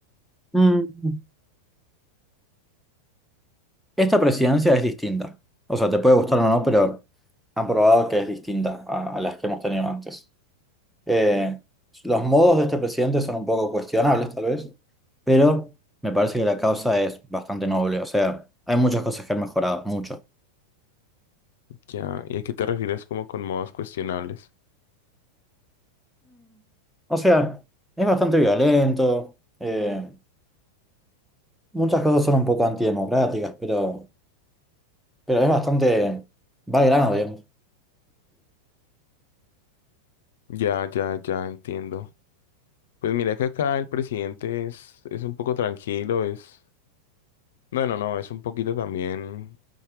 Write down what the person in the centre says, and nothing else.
Mm, Esta presidencia es distinta. O sea, te puede gustar o no, pero han probado que es distinta a, a las que hemos tenido antes. Eh, los modos de este presidente son un poco cuestionables, tal vez, pero me parece que la causa es bastante noble. O sea, hay muchas cosas que han mejorado, mucho.
O sea, es bastante violento, eh, muchas cosas son un poco antidemocráticas, pero, pero es bastante, va al grano, digamos.